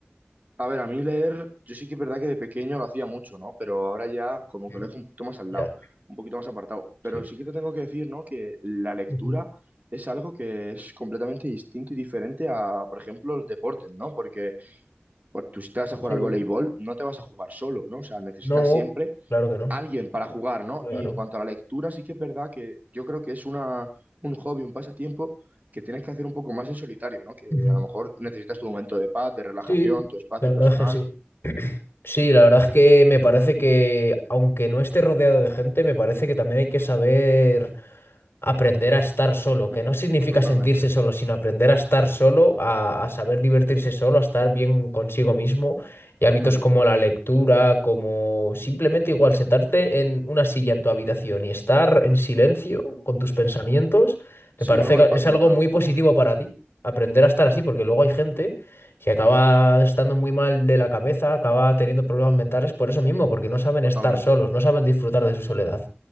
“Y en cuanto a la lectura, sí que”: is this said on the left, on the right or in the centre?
Right